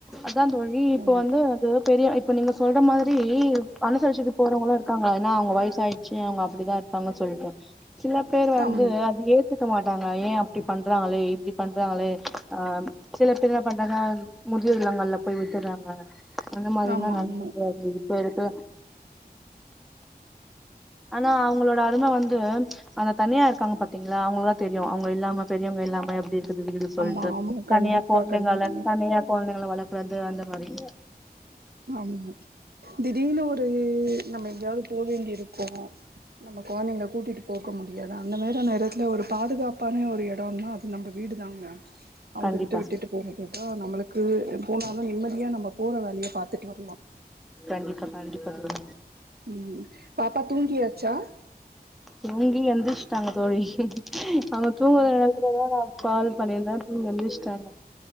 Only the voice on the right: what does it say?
ஆ
ஆமா
ஆமா
ஆமா
ஆமா ஆமா கண்டிப்பா
கண்டி
ஆமா திடீர்னு ஒரு நம்ம எங்கயாவ்து போவேண்டி இருக்கோ நம்ப கொழ்ந்திங்ள கூட்டிட் போக முடியாது அந்தமாரி ஒரு எடத்துல ஒரு பாதுகாப்பான ஒரு எடம்னா அது நம்ப வீடு தாங்க அவங்ககிட்ட
விட்டுட்டு போறக்குதா நம்ளுக்கு போனாலு நிம்மதியா நம்ம போற வேலிய பாத்துட் ருப்போ
ம் பாப்பா தூங்கியாச்சா